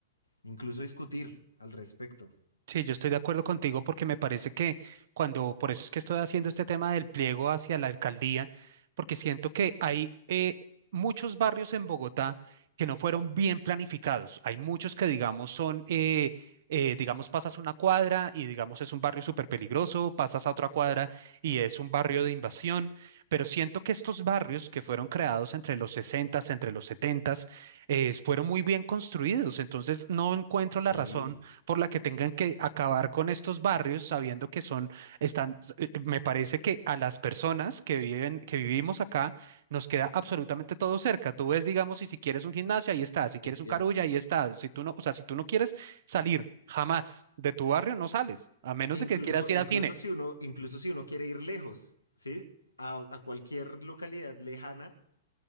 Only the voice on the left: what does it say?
incluso discutir al respecto.
Sí,
es cierto.
Incluso,
incluso
si uno, incluso si uno quiere ir lejos, ¿sí? A, a cualquier localidad lejana